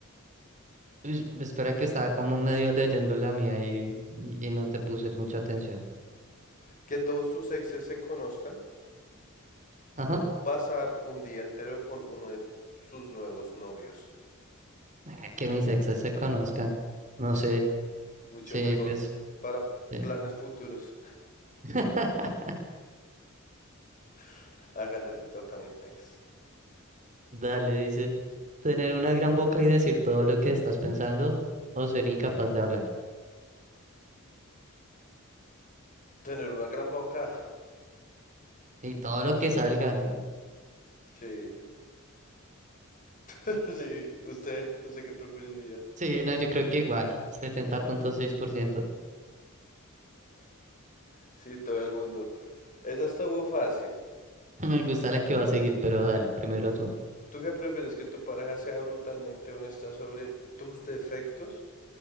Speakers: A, on the right; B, on the left.
A: Uy, espera que estaba como medio leyendo la mía y, y, y no te puse mucha atención.
B: que todos tus exes se conozcan
A: Ajá.
B: o pasar un día entero con uno de sus nuevos novios.
A: Ah, que mis exes se conozcan. No sé.
B: Sí, mucho
A: Sí,
B: mejor
A: pues.
B: para
A: eh,
B: planes futuros.
A: <laughs>
B: <laughs> Hágale, te toca mi pex.
A: Dale, dice. Tener una gran boca y decir todo lo que estás pensando o ser incapaz de hablar.
B: Tener una gran boca.
A: Y todo lo que salga.
B: Sí. <laughs> sí, usted, usted qué preferiría.
A: Sí, no, yo creo que igual. Setenta punto seis por ciento.
B: Sí, todo el mundo. Esa estuvo fácil.
A: <laughs> Me gusta la que va a seguir, pero dale, primero tú.
B: ¿Tú qué prefieres que tu pareja sea brutalmente honesta sobre tus defectos